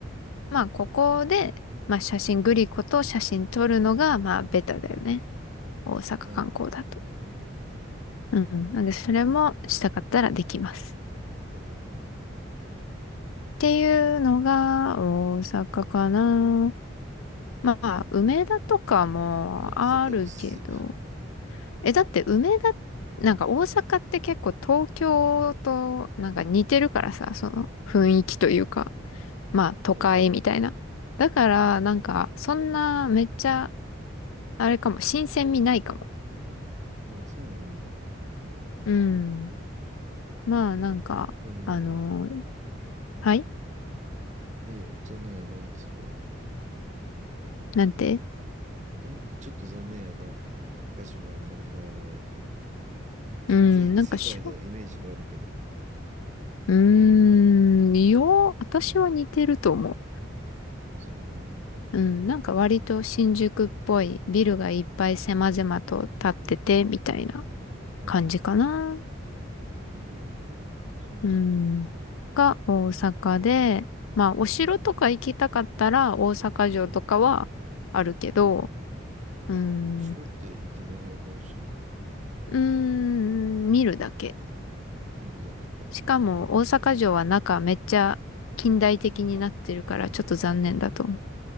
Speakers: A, on the left; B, on the right.
A: う。まあ、ここで、まあ、写真、グリコと写真撮るのが、
B: うん。
A: まあ、ベタだよね。大阪観光だと。
B: ああ、なるほど。
A: うん。なんで、それもしたかったらできます。
B: ほうほ
A: っていうのが、大阪かな。
B: うはい。
A: まあ、梅田とかもあるけど。
B: え、大阪薄っ。
A: え、だって梅田、なんか大阪って結構東京となんか似てるからさ、
B: うん、
A: その雰囲気というか。
B: うん。
A: まあ都会みたいな。
B: そうなん
A: だからなんかそんなめっちゃ
B: うん。
A: あれかも、新鮮味ないかも。
B: ああ、そうなんや。
A: うん。
B: えー、
A: まあなんか、
B: 残念。
A: あのーはい
B: いや、残念やなって、それは。
A: なんて
B: んちょっと残念やなって。場所があんまり変わらないっていうのは。全然異世界のイメージがあるけど。
A: うん、なんかしょ、うーん、
B: うん。
A: よう、私は似てると思
B: そうなんや。
A: う。うん、なんか割と新宿っぽいビルがいっぱい狭々と建っててみたいな
B: うん。うん、
A: 感じかな。
B: うん、うん。えー、そうなんや。
A: うん。が大阪で、まあお城とか行きたかったら大阪城とかはあるけど、
B: うん。
A: うーん、
B: お城って行って何が楽しい
A: うーん、見るだけ。
B: 見るだけか。
A: しかも大阪城は中めっちゃ近代的になってるからちょっと残念だと思
B: うん。